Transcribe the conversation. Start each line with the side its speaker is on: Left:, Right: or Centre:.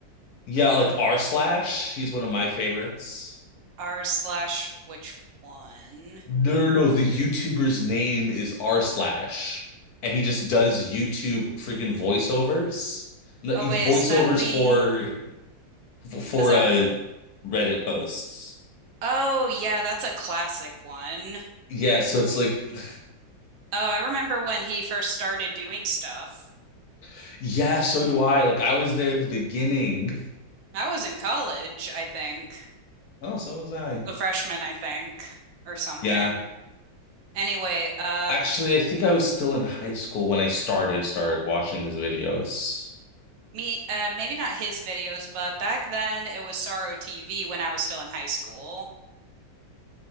Left: yeah, like R slash. He's one of my favorites.
Right: R slash which one?
Left: No, no, no, the YouTuber's name is R slash, and he just does YouTube freaking voiceovers, No,
Right: Oh
Left: he-
Right: wait,
Left: voiceovers
Right: is that the
Left: for <laughs> for
Right: is that?
Left: uh Reddit posts.
Right: Oh, yeah, that's a classic one.
Left: Yeah, so it's like,
Right: Oh, I remember when he first started doing stuff.
Left: <laughs> yeah, so do I. Like I was there at the beginning.
Right: I was in college, I think,
Left: Oh, so was I.
Right: a freshman, I think, or something.
Left: Yeah.
Right: Anyway, uh,
Left: Actually, I think I was still in high school when I started started watching his videos.
Right: me, uh, maybe not his videos, but back then it was Sorrow TV when I was still in high school.